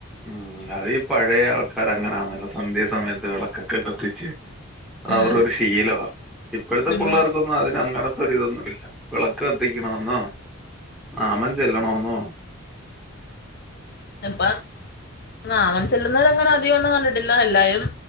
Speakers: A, in the centre; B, on the left (about 50°).
A: ഉം അതീ പഴയ ആൾക്കാരങ്ങനാന്നല്ലോ സന്ധ്യ സമയത്ത് വിളക്കൊക്കെ കത്തിച്ച്. അതവർടെ
B: ആഹ്
A: ഒര് ശീലവാ. ഇപ്പെഴത്തെ
B: പിന്നെ
A: പിള്ളേർക്കൊ ന്നും അതിന് അങ്ങനത്തെ ഒരിതൊന്നും ഇല്ല. വിളക്ക് കത്തിക്കണം എന്നോ നാമം ചെല്ലണോന്നോ
B: ഇപ്പം നാമം ചെല്ലുന്നത് അങ്ങനെ അധികം ഒന്നും കണ്ടിട്ടില്ല എല്ലായും